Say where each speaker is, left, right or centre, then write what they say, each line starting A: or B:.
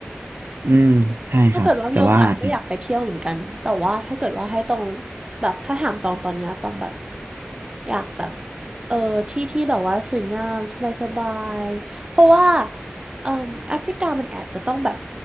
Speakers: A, on the right; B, on the right.
A: อืมใช่ครับ
B: ถ้าเกิดว่ามีโอกาสก็อยากไปเที่ยวเหมือนกัน
A: แต่ว่าอาจจะ
B: แต่ว่าถ้าเกิดว่าให้ตรงแบบถ้าถามตองตอนเนี้ยตองแบบอยากแบบเออที่ที่แบบว่าสวยงามสบายสบายเพราะว่าเอ่อแอฟริกามันแอบจะต้องแบบ